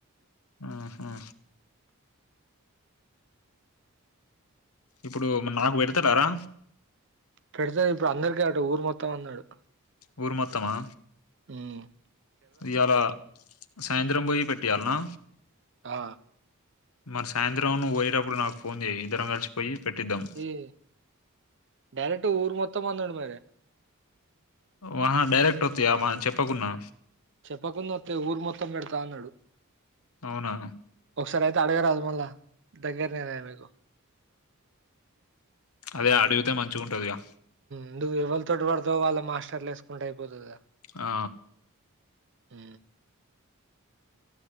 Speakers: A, on the left; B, on the right.
A: ఆహా ఇప్పుడు నాకు పెడతలారా
B: పెడత ఇప్పుడు అందరిక ఆ ఊరు మొత్తం అన్నాడు
A: ఊరు మొత్తమా
B: ఉమ్
A: ఇయాలా సాయంత్రం పోయి పెట్టియాలనా
B: ఆ
A: మరి సాయంత్రం నువ్వు పోయ్యేటప్పుడు నాకు ఫోన్ చేయ్ ఇద్దరం కలిసిపోయి పెట్టిద్దాం
B: ఈ డైరెక్ట్ ఊరు మొత్తం వందడు మరి
A: వాహ డైరెక్ట్ వత్తయా మ చెప్పకున్నా
B: చెప్పకుండా వత్తయ్ ఊరు మొత్తం పెడతా అన్నాడు
A: అవునా
B: సరె అయితే అడగ రాదు మళ్ళ దగ్గర ననా మీకు
A: అదే అడిగితే మంచిగ ఉంటదిగా
B: ఎందుకు ఎవరి తోటి పడితే వాళ్ళ మాస్టర్లు ఏసుకుంటే అయిపోతదా
A: ఆ
B: ఉ